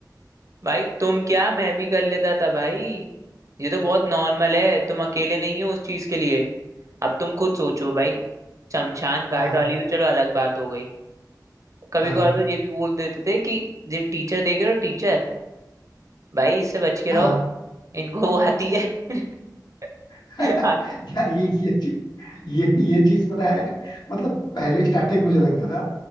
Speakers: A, on the right (about 45°); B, on the left (about 70°).
A: भाई तुम क्या मैं भी कर लेता था भाई ये तो बहुत नॉर्मल है तुम अकेले नहीं हो उस चीज के लिए अब तुम खुद सोचो भाई शमशान घाट
B: हाँ
A: वाली तो चलो अलग बात हो गई कभी
B: हाँ
A: कभार तो ये भी बोल देते थे कि जो टीचर देख रहे हो टीचर भाई इससे बच के
B: हाँ
A: रहो इनको वो आती है <laughs>
B: <laughs>
A: आद-
B: यार ये ये चीज ये ये चीज पता है मतलब पहले स्टार्टिंग मुझे लगता था